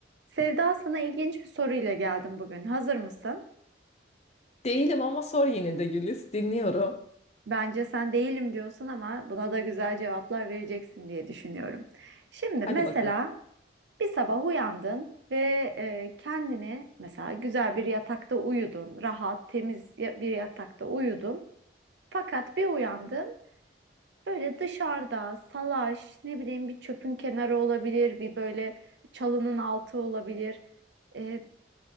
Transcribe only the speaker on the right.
Sevda sana ilginç bir soruyla geldim bugün. Hazır mısın?
Bence sen değilim diyorsun ama buna da güzel cevaplar vereceksin diye düşünüyorum. Şimdi
mesela
bir sabah uyandın ve e, kendini mesela güzel bir yatakta uyudun, rahat, temiz ya- bir yatakta uyudun. Fakat bir uyandın böyle dışarıda salaş, ne bileyim bir çöpün kenarı olabilir, bir böyle çalının altı olabilir. E,